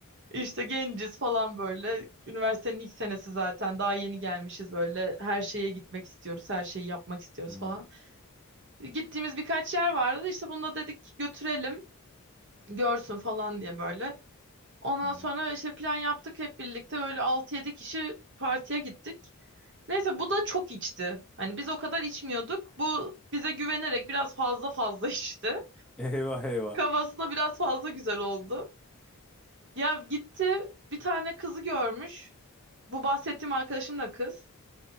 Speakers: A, on the right (about 55°); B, in the centre.
A: İşte genciz falan böyle. Üniversitenin ilk senesi zaten. Daha yeni gelmişiz böyle. Her şeye gitmek istiyoruz. Her şeyi yapmak istiyoruz
B: Hı,
A: falan. Gittiğimiz birkaç yer vardı. İşte bunu da dedik götürelim. Görsün falan diye böyle. Ondan
B: hı.
A: sonra işte plan yaptık hep birlikte. Böyle altı 7 kişi partiye gittik. Neyse bu da çok içti. Hani biz o kadar içmiyorduk. Bu bize güvenerek biraz fazla fazla <laughs> içti.
B: Eyvah eyvah.
A: Kafasına biraz fazla güzel oldu. Ya gitti bir tane kızı görmüş. Bu bahsettiğim arkadaşım da kız.